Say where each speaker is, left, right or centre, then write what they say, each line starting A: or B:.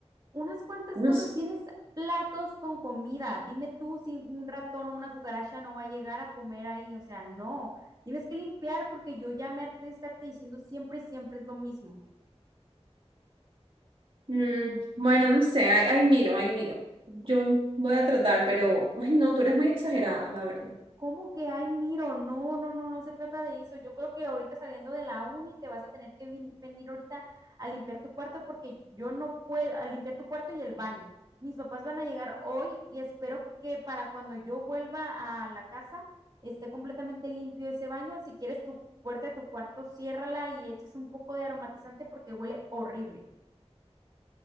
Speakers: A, on the right; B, on the right.
A: Unas cuantas
B: no
A: cosas,
B: sé.
A: tienes platos con comida. Dime tú si un ratón o una cucaracha no va a llegar a comer ahí. O sea, no. Tienes que limpiar porque yo ya me harté de estarte diciendo siempre y siempre es lo mismo.
B: Mm, bueno, no sé, ahí, ahí miro, ahí miro. Yo voy a tratar, pero, ay, no, tú eres muy exagerada, la verdad.
A: ¿Cómo que ay, miro? No, no, no, no se trata de eso. Yo creo que ahorita saliendo de la uni te vas a tener que vin- venir ahorita a limpiar tu cuarto porque yo no puedo, a limpiar tu cuarto y el baño. Mis papás van a llegar hoy y espero que para cuando yo vuelva a la casa esté completamente limpio ese baño. Si quieres tu puerta de tu cuarto, ciérrala y echas un poco de aromatizante porque huele horrible.